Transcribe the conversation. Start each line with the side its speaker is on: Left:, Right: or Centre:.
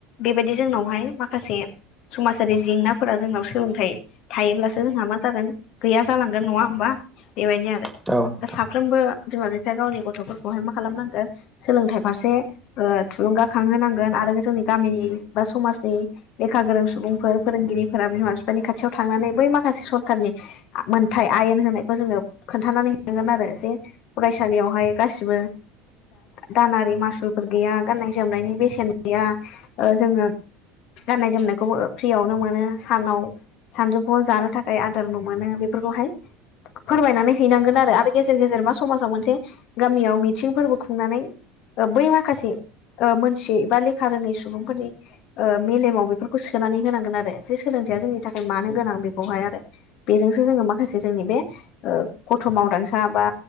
Left: बेबायदि जोंनावहाय माखासे समाजारि जेंनाफोरा जोंनाव सोलोंथाइ थायोब्लासो जोंहा मा जागोन गैया जालांगोन नङा होमबा बेबायदि आरो
Centre: नोंथां औ नोंथां
Left: साफ्रोमबो बिमा बिफाया गावनि गथ'फोरखौहाय मा खालामनांगोन सोलोंथाइ फारसे ओ थुलुंगाखांहोनांगोन आरो जोंनि गामिनि बा समाजनि लेखा गोरों सुबुंफोर फोरोंगिरिफोरा बिमा बिफानि खाथियाव थांनानै बै माखासे सरखारनि मोनथाय आयेन होनायखौ जोङो खोन्थानानै होनांगोन आरो जे फरायसालियावहाय गासिबो दानारि मासुलफोर गैया गाननाय जोमनायनि बेसेन गैया ओ जोङो गाननाय जोमनायखौबो ओ फ्रियावनो मोनो सानाव सानजौफुआव जानो थाखाय आदारबो मोनो बेफोरखौहाय फोरमायनानै हैनांगोन आरो गेजेर गेजेर मा समाजाव मोनसे गामियाव मिथिंफोरबो खुंनानै ओ बै माखासे ओ मोनथियै एबा लेखा रोङै सुबुंफोरनि ओ मेलेमाव बेफोरखौ सोनानै होनांगोन आरो जे सोलोंथायाइया जोंनि थाखाय मानो गोनां बेखौहाय आरो बेजोंसो जोङो माखासे जोंनि बे ओ गथ' मावदांसा बा